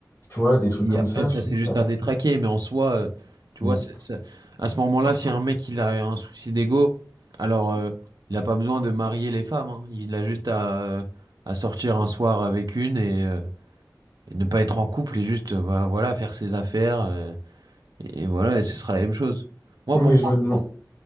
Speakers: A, on the left; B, on the right.
A: tu vois, des trucs comme
B: Après,
A: ça,
B: ça,
A: je trouve
B: c'est juste
A: ça.
B: un détraqué, mais en soi, euh, tu
A: Mm.
B: vois, c'est- c'est- à ce moment-là, si un mec il a un souci d'ego, alors euh, il n'a pas besoin de marier les femmes. hein. Il a juste à, euh, à sortir un soir avec une et, euh, et ne pas être en couple et juste euh, bah, voilà, faire ses affaires. euh, et, et voilà, et ce sera la même chose. Moi,
A: Oui,
B: pour
A: Mais je
B: moi,
A: me demande,